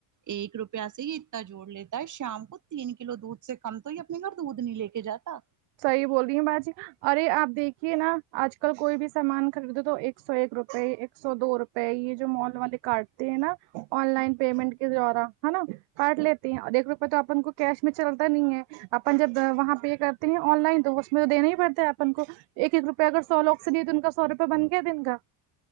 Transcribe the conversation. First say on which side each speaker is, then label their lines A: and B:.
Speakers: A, on the right (about 40°); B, on the right (about 65°).
A: ایک روپیہ سے ہی اتنا جوڑ لیتا ہے شام کو تین کلو دودھ سے کم تو یا یہ نہ دودھ نہیں لے کے جاتا
B: صحیح بول رہی ہیں با جی ارے آپ دیکھیے نا آج کل کوئی بھی سامان خریدو تو ایک سو ایک روپئے ایک سو دو روپئے یہ جو مال والے کاٹتے ہیں نا آن لائن پیمنٹ کے دوارا ہے نا کاٹ لیتے ہیں اور ایک روپے تو اپن کو کیش میں چلتا نہیں ہے اپن جب وہاں پے کر آن لائن تو اس میں تو دینا ہی پڑتا ہے اپن کو ایک ایک روپیہ اگر سو لوگ سے نہیںے تو ان کا سو روپے بن گیا دن کا